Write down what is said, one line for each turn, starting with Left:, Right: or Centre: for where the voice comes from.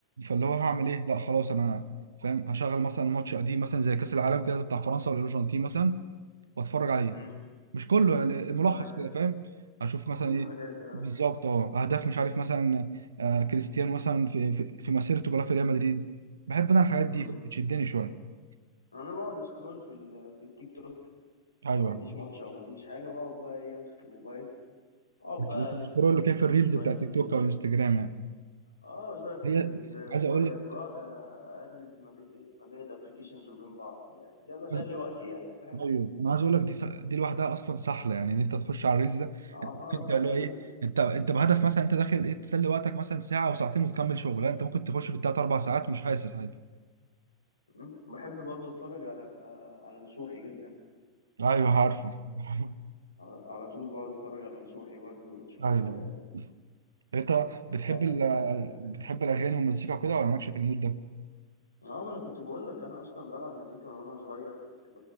Right: فاللي هو هعمل ايه؟ لا خلاص انا فاهم هشغل مثلا ماتش قديم مثلا زي كاس العالم كده بتاع فرنسا والارجنتين مثلا واتفرج عليه
Left: مم.
Right: مش كله يعني ملخص
Left: ايوه
Right: كده فاهم؟ اشوف مثلا
Left: تشوف
Right: ايه
Left: حاجات اه
Right: بالظبط اه اهداف مش عارف مثلا آه كريستيانو مثلا في في, في مسيرته كلها في ريال مدريد بحب انا الحاجات
Left: مم.
Right: دي فاهم؟ بتشدني شويه
Left: انا بقعد اسكرول في ال... في التيك توك
Right: ايوه
Left: لو ما فيش ماتش او ما فيش حاجه بقعد بقى ايه امسك الموبايل اقعد
Right: بتشوفوا
Left: بقى اقلب شويه
Right: اللي
Left: في التيك
Right: كان في
Left: توك
Right: الريلز
Left: شويه
Right: بتاع
Left: في
Right: تيك
Left: ال...
Right: توك او انستجرام يعني
Left: اه شويه في
Right: هي
Left: الانستجرام
Right: عايز
Left: شويه
Right: اقول
Left: اقعد اقلب ما بين ايه ما بين الابلكيشنز وبين بعض يعني ده بسلي
Right: لك
Left: وقتي يعني فاهم
Right: ايوه انا عايز اقول لك دي س... دي لوحدها اصلا سحله يعني ان انت تخش على الريلز ده
Left: اه
Right: انت ممكن تلاقي
Left: سهله
Right: ايه
Left: جدا
Right: انت انت بهدف مثلا انت داخل ايه تسلي وقتك مثلا ساعه او ساعتين وتكمل شغل لا انت ممكن تخش في الثلاث اربع ساعات مش حاسس عادي
Left: مم. بحب برضه اتفرج على على نصوحي جدا
Right: ايوه عارفه <laughs> ايوه
Left: على على طول بقعد اتفرج على نصوحي برضه واشوف
Right: ايوه
Left: ال-
Right: انت
Left: حلقات
Right: بتحب ال...
Left: التحدي بتاعته
Right: بتحب الاغاني والمزيكا وكده ولا مالكش في المود ده؟
Left: اه ما انا كنت بقول لك انا اصلا بلعب مزيكا من وانا صغير كنت ب...